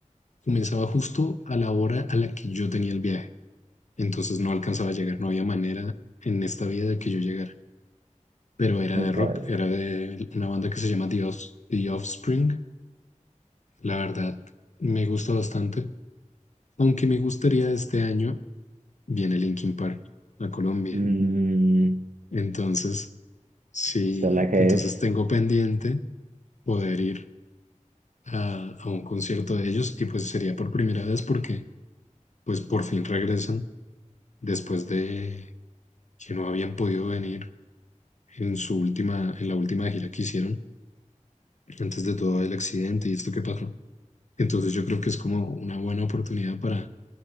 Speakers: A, on the left (about 65°); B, on the right (about 85°).
A: comenzaba justo a la hora a la que yo tenía el viaje. Entonces no alcanzaba a llegar, no había manera en esta vida de que yo llegara. Pero era
B: No
A: de
B: estaba
A: rock,
B: hecho.
A: era de una banda que se llama The Offs- The Offspring. La verdad, me gusta bastante. Aunque me gustaría este año viene Linkin Park a Colombia.
B: Mm,
A: Entonces, sí,
B: esa es la que
A: entonces
B: es.
A: tengo pendiente poder ir a, a un concierto de ellos y pues sería por primera vez porque pues por fin regresan después de que no habían podido venir en su última, en la última gira que hicieron, antes de todo el accidente y esto que pasó. Entonces yo creo que es como una buena oportunidad para